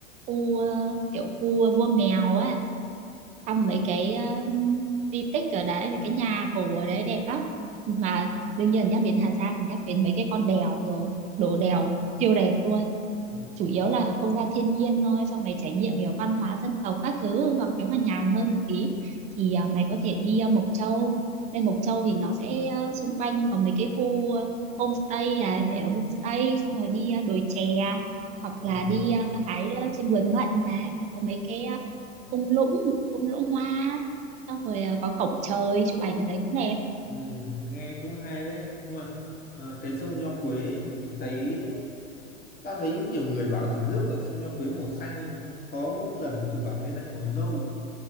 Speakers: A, on the right; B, on the left.
A: khu ờ, kiểu khu Vua Mèo ấy thăm mấy cái ờ, di tích ở đấy mấy cái nhà cổ ở đấy đẹp lắm mà đương nhiên nhắc đến Hà Giang là nhắc đến mấy cái con đèo rồi đổ đèo siêu đẹp luôn
B: ừ,
A: chủ yếu là không gian thiên nhiên thôi xong mày trải nghiệm kiểu văn hóa dân tộc các thứ hoặc nếu mà nhàn hơn một tí thì à, mày có thể đi à, Mộc Châu lên Mộc Châu thì nó sẽ à, xung quanh có mấy cái khu à, homestay này mày ở homestay xong rồi đi à, đồi chè hoặc là
B: ừ,
A: đi à, hái à, trên vườn mận này nó có mấy cái à, thung lũng thung lũng hoa xong rồi à, có cổng trời chụp ảnh ở đấy cũng đẹp
B: ừ, nghe cũng hay đấy nhưng mà ờ, cái sông Nho Quế thì thấy tao thấy nhiều người bảo thì nước ở sông Nho Quế màu xanh nhưng có lần chụp ảnh lên lại màu nâu